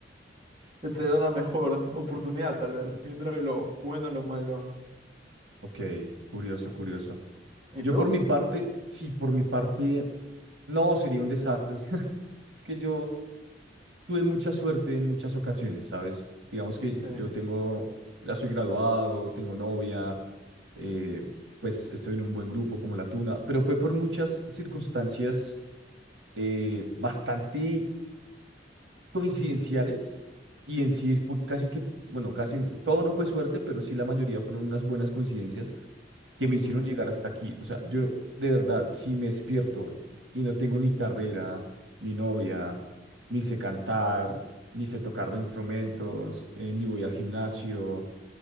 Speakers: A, on the right; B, on the right.
A: de tener una mejor oportunidad, tal vez, viendo de lo bueno a lo malo.
B: Ok, curioso, curioso.
A: ¿Y
B: Yo
A: tú?
B: por mi parte, sí, por mi parte, no, sería un desastre. <laughs> Es que yo, tuve mucha suerte en muchas ocasiones, ¿sabes? Digamos que
A: Sí.
B: yo tengo, ya soy graduado, tengo novia, eh, pues estoy en un buen grupo como La Tuna, pero fue por muchas circunstancias eh, bastante coincidenciales y en sí fue casi que, bueno, casi todo no fue suerte, pero sí la mayoría fueron unas buenas coincidencias que
A: ujú.
B: me hicieron llegar hasta aquí. O sea, yo de verdad, si me despierto y no tengo ni carrera, ni novia, ni sé cantar, ni sé tocar instrumentos, eh, ni voy al gimnasio,